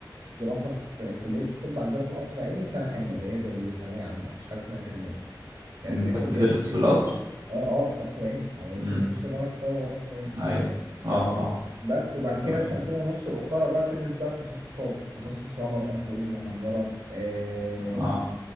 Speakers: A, on the right; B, on the right.
A: الدراسه في كليه الطب عندنا في القصر العيني سنه كامله زيها زي ثانويه عامه مفيش حاجه اسمها ترمام يعني
B: انت
A: باقي الكليات
B: بتدرس
A: في ترمام
B: في القصر
A: اه اه القصر العيني يعني
B: امم
A: الطب بشري جامعه القاهره هو القصر العيني
B: ايوه اه اه
A: بس وبعد كده
B: تمام
A: السنتين ونص الاخرى بقى بتدرس بقى التخصصات تخصص رمد انف واذن وحنجره آه،
B: اه